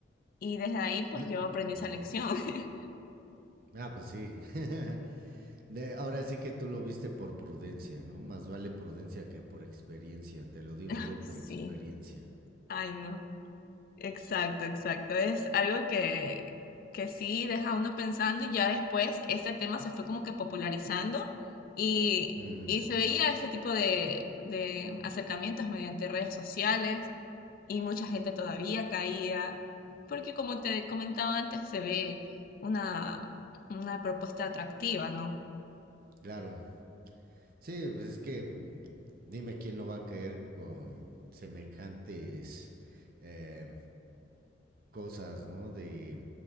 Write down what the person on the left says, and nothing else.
Y desde ahí pues
yo aprendí esa lección. <laughs>
Ay,
sí,
ay no. Exacto, exacto. Es algo que, que sí deja a uno pensando y ya después este tema se fue como que popularizando y,
y se veía este tipo de, de acercamientos mediante redes sociales y mucha gente todavía caía, porque como te comentaba antes, se ve una, una propuesta atractiva, ¿no?